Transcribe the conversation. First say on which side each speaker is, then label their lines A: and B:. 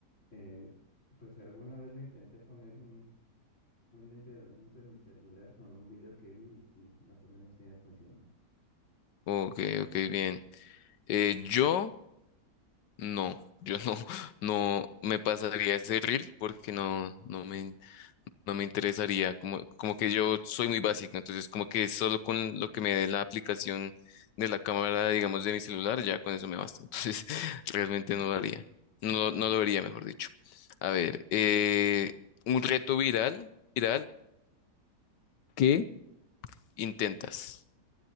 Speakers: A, on the left; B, on the left.
A: Eh, pues alguna vez lo intenté poner un, un lente de aumento en mi celular con un video que vi y sí, más o menos sí me funcionó.
B: Ok, ok, bien. Eh, yo no, yo no, <laughs> no me pasaría ese reel porque no, no me, no me interesaría, como, como que yo soy muy básico, entonces como que solo con lo que me dé la aplicación de la cámara, digamos, de mi celular, ya con eso me basta, <laughs> entonces realmente no lo haría, no,
A: Va,
B: lo- no lo vería, mejor dicho. A ver, eh, un reto viral, viral, ¿Qué? intentas